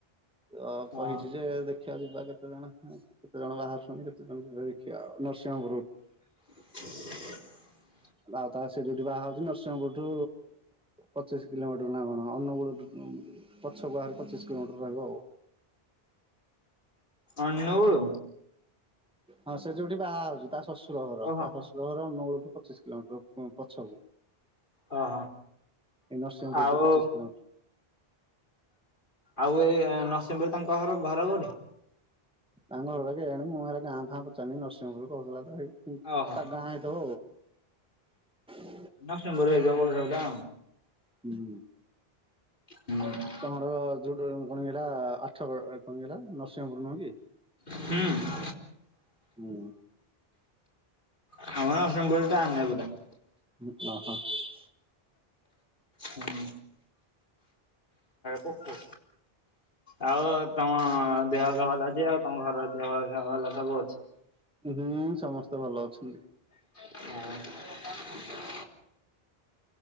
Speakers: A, in the centre; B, on the left.
A: ଅ
B: ହଁ
A: କହିଛି ଯେ ଦେଖ ଦେଖିବା ଯିବା କେତେ ଜଣ କେତେ ଜଣ ବାହାରୁ ଶୁନ କେତେ ଜଣ ଯିବେ ଦେଖିବା ନରସିଂହପୁର।
B: ହଁ <unintelligible>
A: ଆଉ ତା ସେ ଯୋଉଠି ବାହା ହଉଛି ନରସିଂହପୁରଠୁ ପଚିଶ କିଲୋମିଟର ଲାଗଣ ଅନୁଗୁଳୁ ପଛ ଗୁହରେ ପଚିଶ କିଲୋମିଟର ରହିବ ଆଉ।
B: ଅନୁଗୁଳୁ।
A: ହଁ ସେ ଯୋଉଠି ବାହା ହଉଛି ତା ଶ୍ୱଶୁର ଘର
B: ଓହୋ
A: ତା ଶ୍ୱଶୁର ଘର। ସହର ନୂଳଠୁ ପଚିଶ କିଲୋମିଟର ପଛକୁ।
B: ଓହୋ
A: ଏ ନରସିଂପୁର
B: ଆଉ
A: ଟୁ ପଚିଶ କିଲୋମିଟର।
B: ଆଉ ଏଇ ନରସିଂହପୁର ତାଙ୍କ ଘର ଘର କୋଉଠି?
A: ତାଙ୍କ ଘର ପାକେ ଆଣଣି ମୁଁ ହେଲେ ଗାଁ ଫାଁ ପଚାରିଲି ନରସିଂହପୁର କହୁଥିଲା ତ
B: ଓହୋ
A: ତା ଗାଁ ଦ <unintelligible>
B: ନଷ୍ଟନ କରି ହେଇଯ ଟା
A: ହୁଁ
B: ହୁଁ। <unintelligible>
A: ତମର ଯୋଉ କଣ ହେଲା ଆଠଗଡ଼ କଣ ହେଲା ନରସିଂହପୁର ନୁହେଁ କି।
B: ହୁଁ।
A: ହୁଁ!।
B: ଆମର ଅଷ୍ଟମ ପୁର ଟା ଆେବଟା <unintelligible>
A: ଓ ହୋ ହଁ-ହଁ।
B: ହୁଁ। ପୋକ ଆଉ ତମ ଦେହ ପାହା ଭଲ ଅଛି ଆଉ ତମ ଘରର ଦେହ ଭଲ ସବୁ ଅଛି।
A: ହୁଁ! ସମସ୍ତେ ଭଲ ଅଛନ୍ତି।
B: ହଁ! <unintelligible>